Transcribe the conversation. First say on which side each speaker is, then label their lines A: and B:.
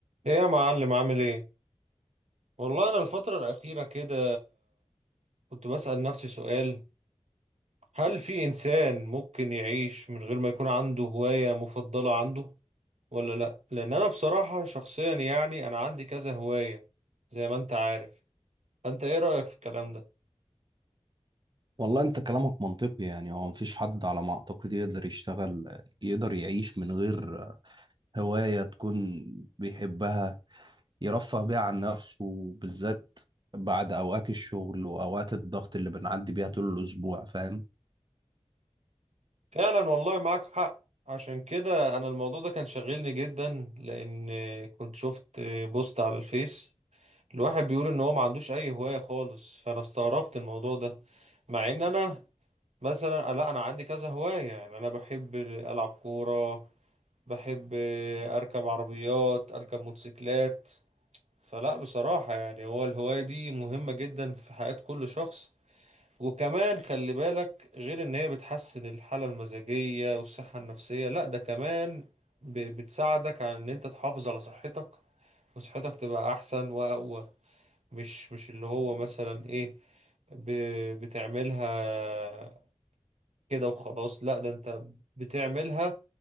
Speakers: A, on the right; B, on the right.
A: ايه يا معلم عامل ايه؟ والله انا الفترة الأخيرة كده كنت بسأل نفسي سؤال هل في إنسان ممكن يعيش من غير ما يكون عنده هواية مفضلة عنده ولا لا؟ لأن انا بصراحة شخصيا يعني انا عندي كذا هواية زي ما انت عارف فانت ايه رأيك في الكلام ده؟
B: والله انت كلامك منطقي يعني هو مفيش حد على ما اعتقد يقدر يشتغل يقدر يعيش من غير هواية تكون بيحبها يرفه بيها عن نفسه بالذات بعد اوقات الشغل واوقات الضغط اللي بنعدي بيها طول الاسبوع فاهم
A: فعلا والله معاك حق عشان كده انا الموضوع ده كان شاغلني جدا لأن كنت شفت بوست على الفيس الواحد بيقول ان هو ما عندوش اي هواية خالص فانا استغربت الموضوع ده مع ان انا مثلا آه، لا انا عندي كذا هواية يعني انا بحب العب كورة بحب اركب عربيات اركب موتوسيكلات فلا بصراحة يعني هو الهواية دي مهمة جدا في حياة كل شخص وكمان خلي بالك غير ان هي بتحسن الحالة المزاجية والصحة النفسية لا ده كمان ب- بتساعدك على ان انت تحافظ على صحتك وصحتك تبقى احسن واقوى مش مش اللي هو مثلا ايه ب- بتعملها كده وخلاص لا ده انت بتعملها